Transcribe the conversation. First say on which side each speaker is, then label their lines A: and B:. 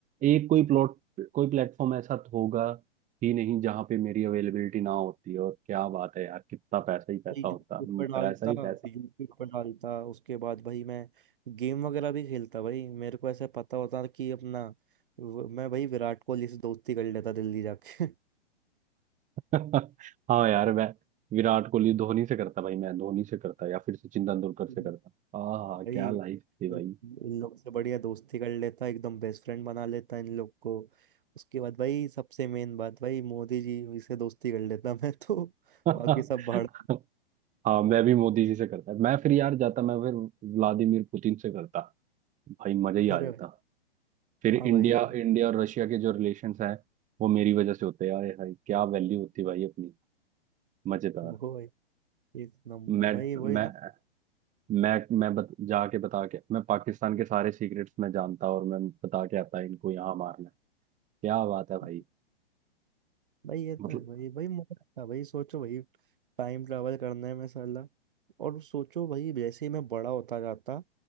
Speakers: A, on the right (about 25°); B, on the right (about 55°).
A: एक कोई प्लॉट कोई प्लेटफॉर्म ऐसा तो होगा ही नहीं जहाँ पे मेरी अवेलेबिलिटी ना होती और क्या बात है यार कितना पैसा ही पैसा
B: भाई
A: होता
B: यूट्यूब
A: पैसा
B: पर डालता
A: ही पैसा
B: यूट्यूब पर डालता उसके बाद भाई मैं गेम वगैरह भी खेलता भाई मेरे को ऐसा पता होता कि अपना व- मैं भाई विराट कोहली से दोस्ती कर लेता दिल्ली जाके <laughs>
A: <laughs> हाँ यार मैं विराट कोहली धोनी से करता भाई मैं धोनी से करता या फिर सचिन तेंदुलकर से
B: हम्म।
A: करता हाँ
B: भाई
A: क्या लाइफ थी भाई
B: इन लोग से बढ़िया दोस्ती कर लेता एकदम बेस्ट फ्रेंड बना लेता इन लोग को उसके बाद भाई सबसे मेन बात भाई मोदी जी से दोस्ती कर लेता मैं तो <laughs>
A: <laughs>
B: बाकी सब भाड़
A: हाँ मैं भी मोदी जी से करता मैं फिर यार जाता मैं फिर व्लादिमीर पुतिन से करता भाई मजा ही
B: अरे
A: आ जाता
B: भाई
A: फिर
B: हाँ
A: इंडिया
B: भाई
A: इंडिया और रशिया के जो रिलेशंस हैं वो मेरी वजह से होते हैं यार भाई क्या वैल्यू होती भाई अपनी मजेदार
B: वो भाई एक नंबर
A: मैं
B: भाई वही
A: मैं
B: ना
A: मैं मैं बत, जाके बता के मैं पाकिस्तान के सारे सीक्रेट्स मैं जानता और मैं बता के आता इनको यहाँ मारना है। क्या बात है भाई
B: <laughs> भाई ये तो
A: मतलब
B: है भाई भाई मजा आता है भाई सोचो भाई टाइम ट्रैवल करना है मैं साला और सोचो भाई जैसे ही मैं बड़ा होता जाता